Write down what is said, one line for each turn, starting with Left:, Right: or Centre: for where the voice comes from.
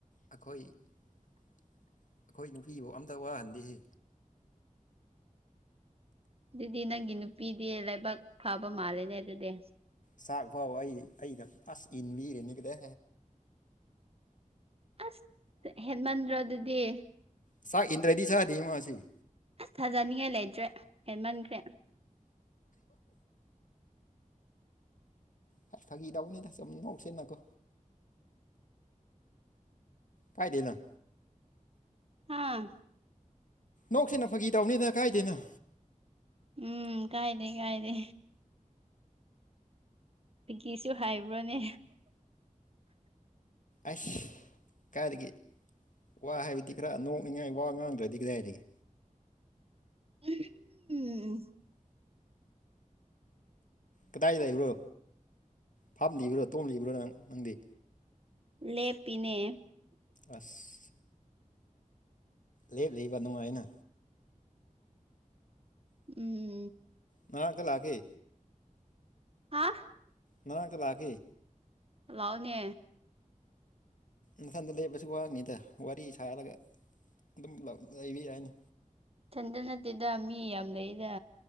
Left: ꯑꯩꯈꯣꯏ ꯑꯩꯈꯣꯏ ꯅꯨꯄꯤꯐꯧ ꯑꯝꯇ ꯋꯥꯍꯟꯗꯦꯁꯤ
Right: ꯑꯗꯨꯗꯤ ꯅꯪꯒꯤ ꯅꯨꯄꯤꯗꯤ ꯂꯩꯕꯥꯛ ꯐꯥꯕ ꯃꯥꯜꯂꯦꯅꯦ ꯑꯗꯨꯗꯤ
Left: ꯆꯥꯛꯐꯥꯎ ꯑꯩ ꯑꯩꯒ ꯑꯁ ꯏꯟꯕꯤꯔꯦꯅꯤꯒꯗ
Right: ꯑꯁ ꯍꯦꯟꯃꯟ꯭ꯔꯣ ꯑꯗꯨꯗꯤ
Left: ꯁꯥ ꯏꯟ꯭ꯔꯖꯤ ꯁꯥ ꯗꯦꯃꯁꯤ
Right: ꯑꯁ ꯊꯥꯖꯅꯤꯡꯉꯥꯏ ꯂꯩꯇ꯭ꯔꯦ ꯍꯦꯟꯃꯟꯈ꯭ꯔꯦ
Left: ꯐꯥ ꯐꯥꯒꯤꯗꯎꯅꯦ ꯊꯥꯖ ꯑꯃꯅꯕꯎꯁꯦꯅꯪꯣ ꯀꯥꯏꯗꯅ
Right: ꯍꯥꯥ
Left: ꯅꯣꯛꯁꯤꯦꯟꯅ ꯐꯥꯒꯤ ꯇꯧꯅꯤꯅ ꯀꯥꯏꯗꯦꯅ
Right: ꯎꯝ ꯀꯥꯏꯗꯦ ꯀꯥꯏꯗꯦ ꯄꯤꯒꯤꯁꯨ ꯍꯥꯏꯕ꯭ꯔꯣꯅꯦ
Left: ꯑꯁ ꯀꯥꯏꯗꯒꯤ ꯋꯥ ꯍꯥꯏꯕꯗꯤ ꯈꯔ ꯅꯣꯛꯅꯤꯡꯉꯥꯏ ꯋꯥ ꯉꯥꯡꯗ꯭ꯔꯗꯤ ꯀꯗꯥꯏꯔꯤꯒꯦ
Right: ꯎꯝ ꯎꯝ
Left: ꯀꯗꯥꯏꯗ ꯂꯩꯕ꯭ꯔꯣ ꯐꯥꯝ ꯂꯤꯕ꯭ꯔꯣ ꯇꯣꯝ ꯂꯤꯕ꯭ꯔꯣ ꯅꯪ ꯅꯪꯗꯤ
Right: ꯂꯦꯞꯄꯤꯅꯦ
Left: ꯑꯁ ꯂꯦꯞꯂꯤꯕ ꯅꯨꯡꯉꯥꯏꯅ
Right: ꯎꯝ
Left: ꯅꯅꯥꯛꯇ ꯂꯥꯛꯀꯦ
Right: ꯍꯥꯥ
Left: ꯅꯅꯥꯥꯡꯇ ꯂꯥꯛꯀꯦ
Right: ꯂꯥꯛꯑꯣꯅꯦ
Left: ꯅꯊꯟꯗ ꯂꯩꯕꯁꯨ ꯋꯥꯅꯤꯗ ꯋꯥꯔꯤ ꯁꯥꯔꯒ ꯑꯗꯨꯝ ꯂꯥꯛ ꯂꯩꯕ ꯌꯥꯏꯅꯦ
Right: ꯏꯊꯟꯗ ꯅꯠꯇꯦꯗ ꯃꯤ ꯌꯥꯝ ꯂꯩꯑꯦꯗ